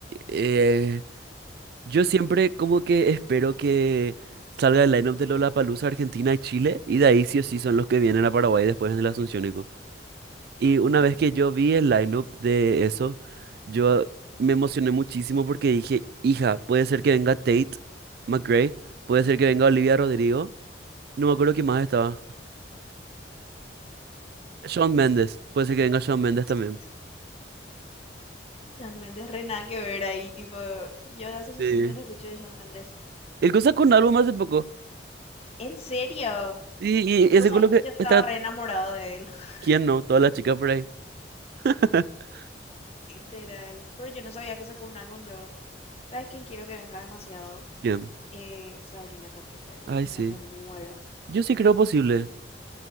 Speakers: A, on the right; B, on the left.
A: eh, yo siempre como que espero que salga el line-up de Lollapalooza Argentina y Chile, y de ahí sí o sí son los que vienen a Paraguay después en el Asunciónico. Y una
B: Ujú.
A: vez que yo vi el line-up de eso, yo me emocioné muchísimo porque dije, hija, puede ser que venga Tate McRae, puede ser que venga Olivia Rodrigo. No me acuerdo quién más estaba. Shawn Mendes. Puede ser que venga Shawn Mendes
B: Sí,
A: también.
B: Shawn Mendes, re nada que ver ahí, tipo, yo hace muchísimo
A: Sí.
B: no escucho de Shawn Mendes.
A: El cosa con un álbum hace poco.
B: ¿En serio?
A: Y, y,
B: Vos
A: y seguro
B: sabés que
A: que
B: yo estaba
A: está.
B: re enamorada de él, <laughs>
A: ¿Quién no? Todas las chicas por ahí. <laughs>
B: literal, pero yo no sabía que sacó un álbum luego. ¿Sabes quién quiero que venga demasiado?
A: ¿Quién?
B: Eh, Sabrina Carpenter, Dios
A: Ay,
B: mío,
A: sí.
B: me muero.
A: Yo sí creo posible.